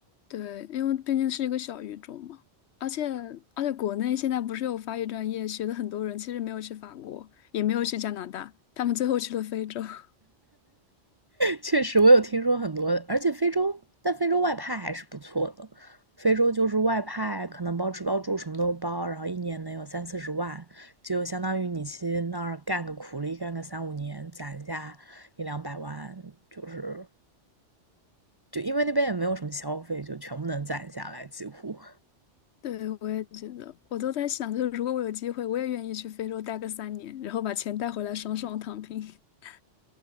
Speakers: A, on the left; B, on the right.
A: 对，因为毕竟是一个小语种嘛，而且而且国内现在不是有法语专业，学的很多人其实没有去法国，也没有去加拿大，他们最后去了非洲。<laughs>
B: 确实，我有听说很多，而且非洲，但非洲外派还是不错的。非洲就是外派，可能包吃包住什么都包，然后一年能有三四十万，就相当于你去那儿干个苦力，干个三五年，攒下一两百万，就是就因为那边也没有什么消费，就全部能攒下来，几乎。
A: 对，我也觉得，我都在想，就是如果我有机会，我也愿意去非洲待个三年，然后把钱带回来，爽爽躺平。<laughs>